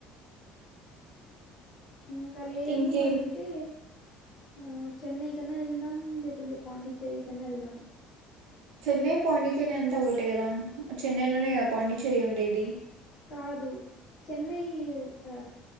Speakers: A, on the left; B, on the right.
A: ఇంక లేదు
B: ఇంకేం
A: అంటే ఆ చెన్నై కన్నా ఎళ్దాం లేకుంటే పాండిచ్చేరి కన్నా ఎళ్దాం
B: చెన్నై పాండిచ్చేరి అంతా ఓటే కదా చెన్నైలోనే గా పాండిచ్చేరి ఉండేది
A: కాదు చెన్నై ఆ